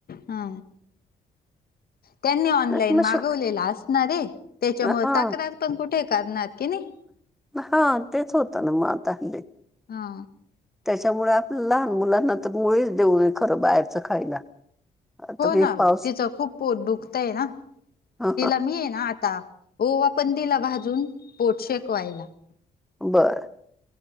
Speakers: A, on the left; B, in the centre.
A: हा. त्यांनी ऑनलाईन
B: मग
A: मागवलेला
B: शक
A: असणारे त्याच्यामुळे
B: हा
A: तक्रार पण कुठे करणार कि नाही.
B: हा तेच होतं ना मत हले एम
A: हा.
B: त्याच्यामुळे आपलं लहान मुलांना तर मुळीच देऊनये खरं बाहेरचं खायला. आता
A: हो
B: हे
A: ना हो
B: पाऊस
A: तिचं खूप पोट दुखतय ना
B: ह
A: तिला मी आहे ना आता हो आपण दिला भाजून पोट शेकवायला.
B: बरं.